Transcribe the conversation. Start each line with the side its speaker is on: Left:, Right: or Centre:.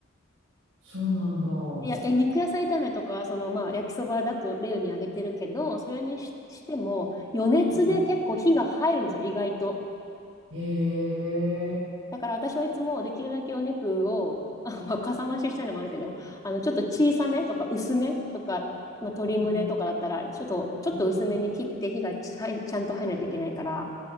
Right: そうなんだ。う
Left: いや、え肉野菜炒めとか、そのまあ焼きそばだと例に挙げてるけど、それにし、しても余熱で結構火が入るんですよ、
Right: ん
Left: 意外と。
Right: へえ、
Left: だから私はいつもできるだけお肉を、あ、まあ、かさ増ししたいのもあるけど、あの、ちょっと小さめとか薄めとか、まあ、鶏胸とかだったら、
Right: うん、う
Left: ちょっと、ちょっと薄めに切って火がちゃい、
Right: ん、
Left: ちゃんと入らないといけないから、